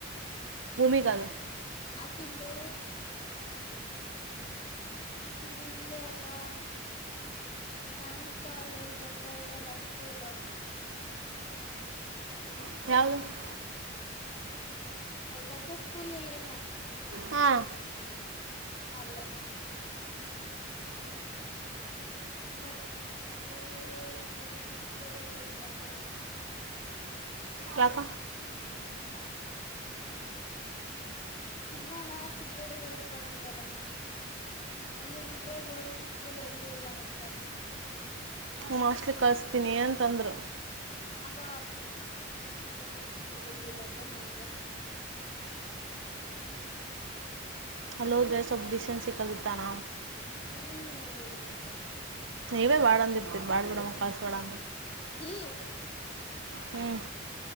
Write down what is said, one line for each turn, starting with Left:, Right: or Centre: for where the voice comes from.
Right: ಭೂಮಿಕಾ
Left: ಆಕಿಂದು ಆಕಿದ ಇಲ್ಲೆ ಅಕ್ಕಾ ನಮ ಕಾಲೇಜ್ ಹತ್ರ ಐತಲ್ಲ ಸ್ಕೂಲ್
Right: <unintelligible>
Left: ಬರ್ಸ ಸ್ಕೂಲ್ ಇಲ್ಲ ಎನ್
Right: ಹಾ
Left: ಅಲ್ಲೇ ಬಟ್ ನನಗೆ ತಲೆ ಚೆಟ್ ಹಿಡ್ದ ಬಿಡದು ಬಿಡಪ್ಪ
Right: ಯಾಕ
Left: ಹ್ಮ್ ಚಿನ್ನ ನ ಚಿತ್ರಟಗ ಕನಂತಾರಮ್ಮ ಅಲ್ಲಿ ಬಿಟ್ರೆ ಗೋರ್ಮೆಂಟ್ ಸ್ಕೂಲ್ ಎಲ್ಲಿ ಇಲ್ಲ ಮತ್ತೆ
Right: ಮೋಸ್ಟಲಿ ಕಳಸ್ತೀನಿ ಅಂತಂದ್ರರು
Left: ಅಕ್ಕ ಏನತ್ತು ಗೊತ್ತಿಲ್ಲ ಅಕ್ಕ ನನಗ
Right: ಹಲೋದ್ರ ಸ್ವಲ್ಪ ಡಿಶನ್ ಕಲಿತ್ತಾನ
Left: ಹ್ಮಪ್ಪ
Right: ನೀವೇ ಬಾಡ ಅಂದಿರ್ತಿರಿ ಬ್ಯಾಡ್ ಬಿಡಮ್ಮ ಕಳಸ ಬ್ಯಾಡ್ ಅಂದ
Left: <unintelligible>
Right: ಹ್ಮಞ